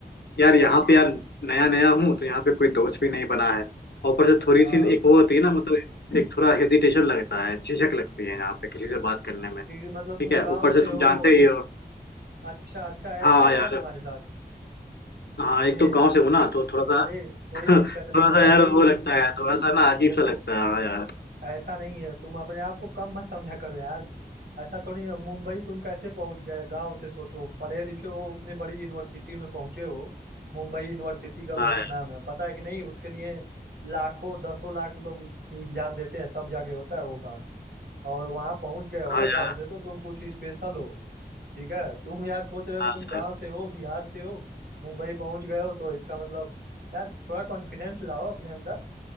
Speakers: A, on the left; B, on the right.
A: यार यहाँ पे यार नया नया हूँ तो यहाँ पे कोई दोस्त भी नहीं बना है और ऊपर से थोड़ी
B: हाँ
A: सी एक वो होती है ना मतलब एक थोड़ा हेजिटेशन लगता है झिझक लगती है यहाँ पे किसी से बात करने में
B: क्योंकि मतलब
A: ठीक
B: तुम
A: है
B: गांव
A: ऊपर से
B: से
A: तुम
B: हो
A: जानते ही हो
B: अच्छा अच्छा
A: हाँ
B: ऐसा हो
A: यार
B: रहा है तुम्हारे साथ
A: हाँ
B: अरे
A: एक तो गांव
B: यार
A: से हूँ ना तो थोड़ा सा
B: अरे कोई
A: <laughs>
B: दिक्कत
A: थोड़ा
B: नहीं है
A: सा यार
B: भाई
A: वो लगता है थोड़ा सा ना अजीब
B: देखो
A: सा लगता है हाँ यार
B: ऐसा नहीं है तुम अपने आप को कम मत समझा करो यार ऐसा थोड़ी है मुंबई तुम कैसे पहुंच गए गांव से सोचो पढ़े लिखे हो उतनी बड़ी यूनिवर्सिटी में पहुंचे हो मुंबई यूनिवर्सिटी का बहुत
A: हाँ यार
B: नाम है पता है कि नहीं उसके लिए लाखों दसों लाख लोग एग्जाम देते हैं तब जाके होता है वो काम और वहां पहुंच गए हो
A: हाँ
B: ना
A: यार
B: गांव से तो तुम कुछ स्पेशल हो ठीक है तुम यार सोच रहे हो
A: हाँ
B: तुम
A: सर
B: गांव से हो बिहार से हो मुंबई पहुंच गए हो तो इसका मतलब यार थोड़ा कॉन्फिडेंस लाओ अपने अंदर